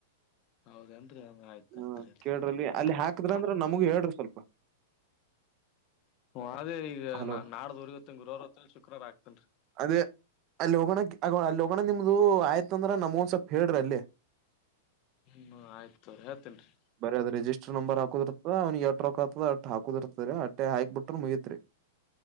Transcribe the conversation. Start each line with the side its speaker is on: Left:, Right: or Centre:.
Left: ಹೌದೇನ್ರಿ ಹಂಗ ಆಯ್ತು
Right: ಹಾ
Left: ಆಯತ್ರಿ
Right: ಕೇಳ್ರಲ್ಲಿ
Left: ನೋ
Right: ಅಲ್ಲಿ
Left: <unintelligible>
Right: ಹಾಕದ್ರ ಅಂದ್ರ ನಮಗು ಹೇಳ್ರಿ ಸ್ವಲ್ಪ
Left: ವಾದೇ ಈಗ
Right: ಹಲೋ
Left: ನ ನಾಡ್ದೂರ್ಗತ್ತೀನ್ ಗುರುವಾರತ್ತ ಶುಕ್ರವಾರ ಆಗ್ತನ್.
Right: ಅದೇ ಅಲ್ಲಿ ಹೋಗಣಕ್ ಆಗ ಅಲ್ಲಿ ಹೋಗಣ ನಿಮ್ದು ಆಯ್ತಂದ್ರ ನಮಗೊಂಸ್ವಲ್ಪ್ ಹೇಳ್ರಿ ಅಲ್ಲೆ.
Left: ಹ್ಮ್ ಆಯ್ತ ತೋರಿ ಹೇಳ್ತೇನ್ರಿ
Right: ಬರಿ ಅದು ರಿಜಿಸ್ಟರ್ ನಂಬರ್ ಹಾಕುದ್ರು ಬ್ರೊ ಅವ್ನಿಗೆ ಎಟ್ ರೊಕ್ಕಾತದ ಅಟ್ಟ್ ಹಾಕದಿರ್ತರಿ ಅಟ್ಟೆ ಹಾಕ್ ಬಿಟ್ರ ಮುಗಿತ್ರಿ.